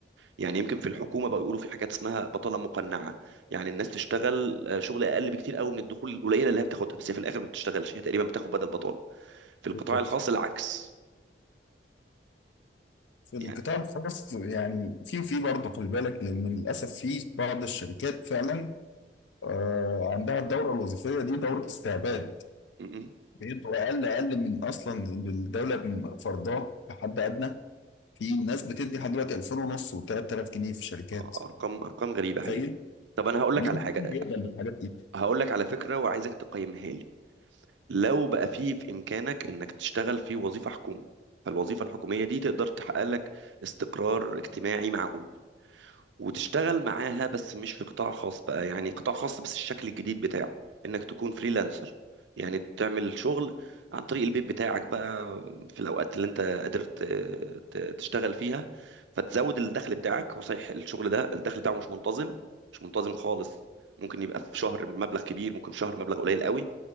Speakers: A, on the right; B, on the left.
A: يعني يمكن في الحكومه بقى يقولوا في حاجات اسمها بطاله مقنعه يعني الناس تشتغل آه، شغل اقل بكتير قوي من الدخول القليله اللي هي بتاخدها بس هي في الاخر ما بتشتغلش هي تقريبا بتاخد بدل بطاله في القطاع
B: بالظبط
A: الخاص العكس
B: في القطاع
A: يعني
B: الخاص يعني في وفي برضه خلي بالك لان للاسف في بعض الشركات فعلا آه، عندها الدورة الوظيفية دي دورة استعباد
A: م- م.
B: بيدوا اقل اقل من اصلا الدولة من فرضاه كحد ادنى في ناس بتدي لحد دلوقتي 2000 ونص و3000 جنيه في الشركات
A: آه، ارقام ارقام غريبه
B: تخيل
A: هي طب انا هقول
B: مين
A: لك على حاجه
B: مين هيقبل بالحاجات دي
A: هقول لك على فكره وعايزك تقيمها لي لو بقى في في امكانك انك تشتغل في وظيفه حكومي فالوظيفه الحكوميه دي تقدر تحقق لك استقرار اجتماعي معقول وتشتغل معاها بس مش في قطاع خاص بقى يعني قطاع خاص بس الشكل الجديد بتاعه انك تكون فريلانسر يعني تعمل شغل عن طريق البيت بتاعك بقى في الاوقات اللي انت قادر ت- ت- تشتغل فيها فتزود الدخل بتاعك هو صحيح الشغل ده الدخل بتاعه مش منتظم مش منتظم خالص ممكن يبقى في شهر مبلغ كبير ممكن في شهر مبلغ قليل قوي